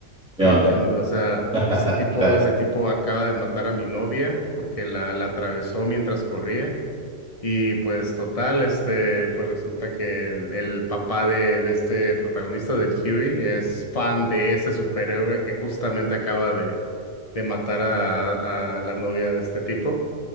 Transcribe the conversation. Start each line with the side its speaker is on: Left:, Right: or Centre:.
Centre: ¿Qué
Left: güey,
Centre: onda?
Left: ¿qué onda? O sea,
Centre: <laughs>
Left: este tipo,
Centre: Claro.
Left: este tipo acaba de matar a mi novia porque la, la atravesó mientras corría. Y pues total, este, pues resulta que el, el papá de, de este protagonista, del Huey, es fan de ese superhéroe que justamente acaba de, de matar a, a la novia de este tipo.